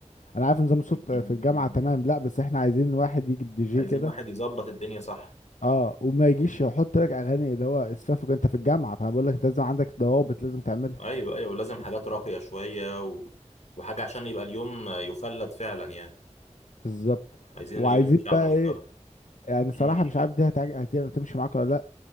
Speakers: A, on the left; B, on the left.
A: انا عارف نظام الصوت
B: مم.
A: في الجامعه
B: مم.
A: تمام لا بس احنا عايزين واحد يجيب دي جي
B: عايزين
A: كده
B: واحد يظبط الدنيا صح
A: اه وما يجيش يحط لك اغاني اللي هو اسفافك انت في الجامعه فانا بقول لك انت لازم عندك ضوابط لازم تعملها
B: أيوه أيوه ولازم حاجات راقية شوية و... وحاجة عشان يبقى اليوم يخلد فعلا يعني
A: بالظبط
B: عايزين
A: وعايزين
B: اليوم يمشي على
A: بقى
B: المسطرة
A: ايه يعني صراحه
B: مم.
A: مش عارف دي هتعج... هت- هتمشي معاك ولا لا